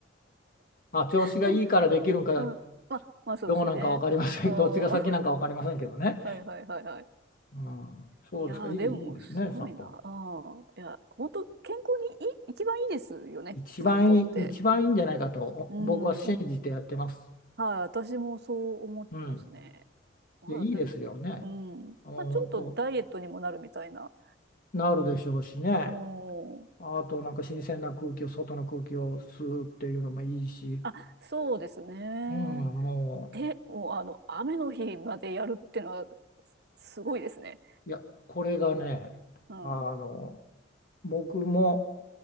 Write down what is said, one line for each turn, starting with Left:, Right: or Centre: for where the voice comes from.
Left: まあ、調子がいいからできるんか、
Right: い。うん。うんまあ、まあそうですね。
Left: どうなんか分かりません。
Right: ああ、
Left: <laughs> どっちが先なんか分かりませんけどね。
Right: <laughs> はいはいはいはい。
Left: うん、そうですか。
Right: いやー、
Left: いい、
Right: でも、
Left: いいですね、
Right: すごいな。
Left: 散歩は。
Right: ああ、いや、本当健康にいい、一番いいですよね、
Left: 一番いい、
Right: 散歩って。
Left: 一番いいんじゃないかとお僕は信じてやってます。
Right: うん。はい、私もそう思ってますね。
Left: うん。
Right: まあ、
Left: いや、いいですよね。
Right: だって、うん。
Left: うん本当、
Right: まあ、ちょっとダイエットにもなるみたいな。
Left: なるでしょうしね。
Right: うん。
Left: あと、なんか新鮮な空気を、外の空気を吸うっていうのもいいし。
Right: あ、そうですね。
Left: うん、も
Right: で、もう、あの、雨の日までやるってのは、すごいですね。
Left: う、いや、これがね、
Right: うん。
Left: あの、僕も、